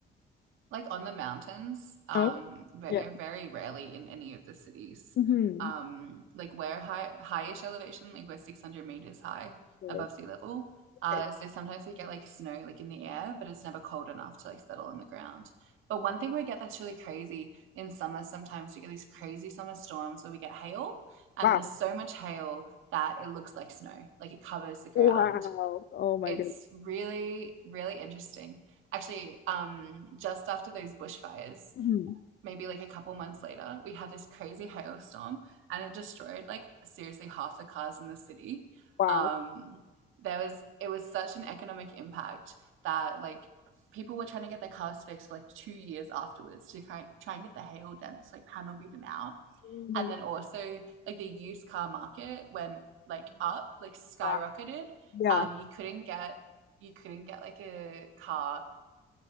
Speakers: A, on the right; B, on the left.
A: like on the mountains, um,
B: Oh,
A: ve-
B: yeah.
A: very rarely in any of the cities.
B: hmm
A: Um, like we're high, highish elevation, like we're 600 meters high
B: Right.
A: above sea level. Uh,
B: Okay.
A: so sometimes we get like snow like in the air, but it's never cold enough to like settle on the ground. But one thing we get that's really crazy in summer, sometimes we get these crazy summer storms where we get hail, and
B: Wow.
A: there's so much hail that it looks like snow, like it covers the ground.
B: Wow. Oh my
A: It's
B: goodness.
A: really, really interesting. Actually, um, just after those bushfires,
B: hmm
A: maybe like a couple months later, we had this crazy hailstorm and it destroyed like seriously half the cars in the city.
B: Wow.
A: Um, there was it was such an economic impact that like people were trying to get their cars fixed for like two years afterwards to try, try and get the hail dents like panel beaten out
B: Oh my
A: and
B: God.
A: then also like the used car market went like up like skyrocketed
B: Wow. Yeah.
A: um you couldn't get you couldn't get like a car